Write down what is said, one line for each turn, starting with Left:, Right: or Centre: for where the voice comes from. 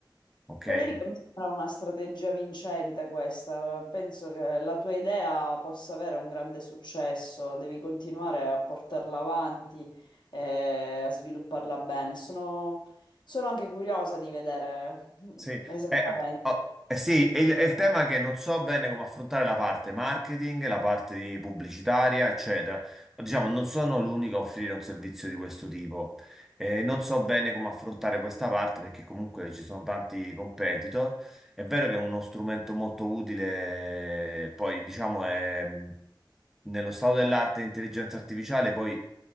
Centre: ok?
Left: Federico, mi sembra una strategia vincente questa. Penso che la tua idea possa avere un grande successo. Devi continuare a portarla avanti e a svilupparla bene. Sono, sono anche curiosa di vedere
Centre: Sì,
Left: <laughs>
Centre: eh,
Left: esattamente.
Centre: eh, oh, eh sì, è il, è il tema che non so bene come affrontare la parte marketing, la parte di pubblicitaria, eccetera. Ma, Diciamo, non sono l'unico a offrire un servizio di questo tipo. Eh, non so bene come affrontare questa parte perché comunque ci sono tanti competitor. È vero che è uno strumento molto utile, poi diciamo è mh, nello stato dell'arte e intelligenza artificiale, poi